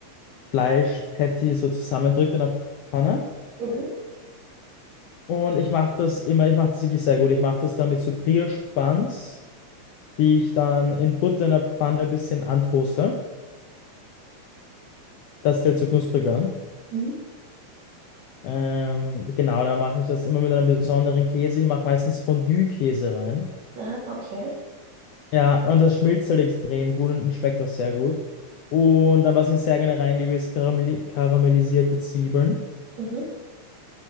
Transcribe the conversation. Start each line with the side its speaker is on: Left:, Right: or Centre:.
Left: Fleisch-Patty so zusammendrückt in der Pfanne.
Right: Mhm.
Left: Und ich mache das immer, ich mache das wirklich sehr gut. Ich mache das dann mit so Brioche-Buns, die ich dann in Butter in der Pfanne ein bisschen antoaste, dass die halt so knusprig werden.
Right: Mhm.
Left: Ähm, genau, da mache ich das immer mit einem besonderen Käse. Ich mache meistens Fondue-Käse rein.
Right: Ah, okay.
Left: Ja, und das schmilzt halt extrem gut und schmeckt auch sehr gut. Und dann, was ich sehr gerne reingebe, ist karamell karamellisierte Zwiebeln
Right: Mhm.